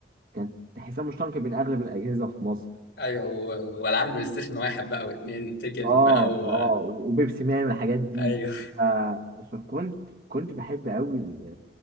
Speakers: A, on the right; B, on the left.
A: كانت تحسها مشتركه بين اغلب الاجهزه في مصر
B: ايوه و- والعاب البلاي ستيشن واحد بقى واثنين تيكن
A: اه
B: بقى و...
A: اه وبيبسي مان والحاجات دي
B: ايوه
A: ف- فكنت كنت بحب قوي ال-